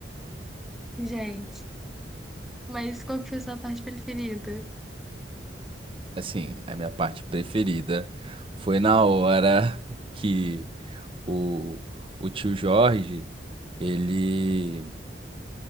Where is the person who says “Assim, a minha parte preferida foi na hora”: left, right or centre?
Right